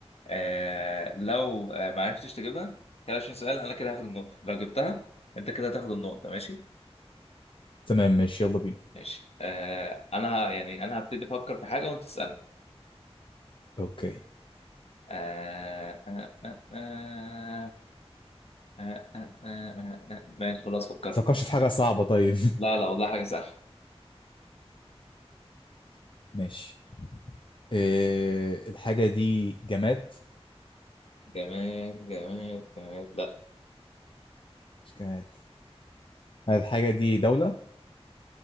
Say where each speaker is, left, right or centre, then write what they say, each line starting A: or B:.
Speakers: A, on the left; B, on the left.
A: آه لو آه ما عرفتش تجيبها خلال 20 سؤال انا كده هاخد النقطة لو جبتها انت كده هتاخد النقطة ماشي
B: تمام ماشي يلا بينا
A: ماشي آه انا ه- يعني انا هبتدي افكر في حاجة وانت تسألني
B: اوكي
A: آه آه آه آه آه آه آه آه. آه، آه، ماشي خلاص فكرت
B: فكرش في حاجة صعبة طيب
A: لا لا والله حاجة سهلة
B: <laughs> ماشي إيه الحاجة دي جماد
A: جمال جمال جمال لا
B: مش جماد هل الحاجة دي دولة